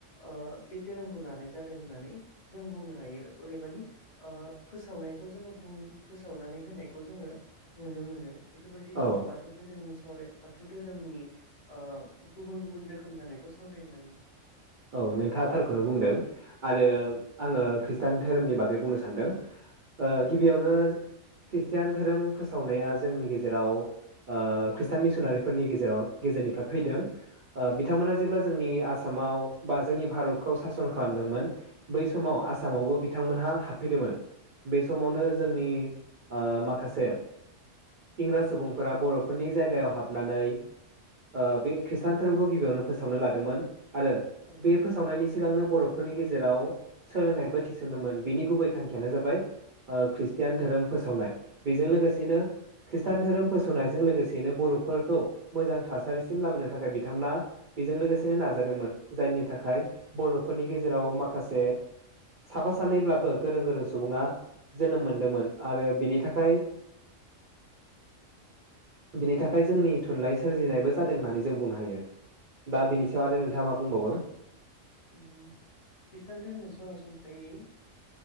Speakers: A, on the left (about 35°); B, on the right (about 50°).
A: ओ बे धोरोमखौ लानाय जादों होननानै जों बुंनो हायो अदेबानि ओ फोसावनायखौ जोङो बुं फोसावनानै होनायखौ जोङो नुनो मोनो। बेफोरबायदि
B: औ
A: जों बाथौ धोरोमनि सावराय बाथौ धोरोमनि ओ गुबुन गुबुन रोखोम जानायखौ सावरायनो हायो।
B: औ नोंथाङा थारखौनो बुंदों आरो आङो खृष्टान धोरोमनि बागै बुंनो सानदों। ओ
A: औ
B: गिबियावनो खृष्टान धोरोम फोसावनाया जोंनि गेजेराव ओ खृष्टान मिसनारिफोरनि गेजेराव गेजेरनिफ्राय फैदों। ओ बिथांमोना
A: औ
B: जेब्ला जोंनि आस सामाव बा जोंनि भारतखौ सासन खालामदोंमोन। बै समाव
A: औ
B: आसामावबो बि बिथांमोनहा हाबफैदोमोन। बे समावनो
A: औ
B: जोंनि ओ माखासे इंराज सुबुंफोरा बर'फोरनि जायगायाव हाबनानै ओ बे खृष्टान धोरोमखौ गिबियावनो फोसावनो लादोंमोन आरो बे
A: औ
B: फोसावनायनि सि सिगांनो बर'फोरनि गेजेराव सोलोंथाइबो थिसनदोंमोन बिनि गुबै थांखियानो जाबाय ओ खृस्टियान धोरोम फोसावनाय। बेजों लोगोसेनो
A: औ
B: खृ ष्टान धोरोम फोसावनायजों लोगोसेयैनो बर'फोरखौ मोजां थासारिसिम लाबोनो थाखाय बिथांमोना बेजों लोगोसेनो नाजादोंमोन। जायनि थाखाय
A: औ
B: बर' फोरनि गेजेराव माखासे साफा सानैब्लाबो गोरों गोरों सुबुङा जोनोम मोनदोंमोन। आरो बिनि थाखाय बिनि थाखाय जोंनि थुनलाइ सोरजिनायबो जादों होननानै जों बुंनो हायो।
A: औ
B: दा बिनि सायाव आरो नोंथाङा माब बुंंबावो।
A: ओम ख्रिष्टान धोरोम सरासनस्रायै